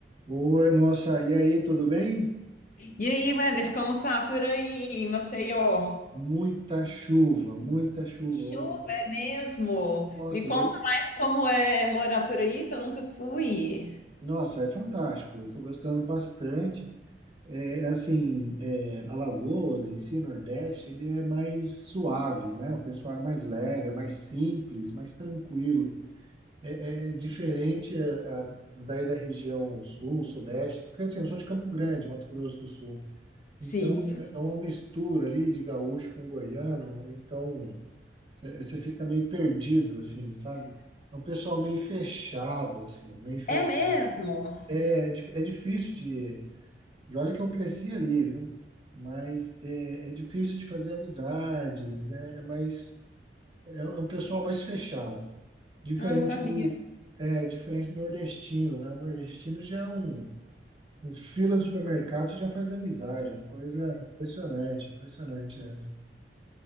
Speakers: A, on the right (about 30°); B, on the left (about 50°).
A: Oi, moça, e aí, tudo bem?
B: E aí, Weber, como tá por aí, em Maceió?
A: Muita chuva, muita chuva.
B: Chuva
A: Oh,
B: é mesmo?
A: Nossa,
B: Me conta
A: eu vou-
B: mais como é morar por aí, que eu nunca fui.
A: nossa, é fantástico. Eu estou gostando bastante. É, assim, é, Alagoas em si, Nordeste, ele é mais suave, né? O pessoal é mais lega, mais simples, mais tranquilo. É, é diferente a, a, daí da região Sul, Sudeste, porque assim, eu sou de Campo Grande, Mato Grosso do Sul.
B: Sim.
A: Então, é uma mistura ali de gaúcho com goiano. Então Você fica meio perdido, assim, sabe? É um pessoal meio fechado, assim, meio fechado.
B: É mesmo?
A: É, é dif- é difícil de. E olha que eu cresci ali, viu? Mas é, é difícil de fazer amizades, é, é mais. É é um pessoal mais fechado. Diferente
B: Ah, não sabia.
A: do. É diferente do nordestino, né? O nordestino já é um. um Fila de supermercado, você já faz amizade, é uma coisa impressionante, impressionante mesmo.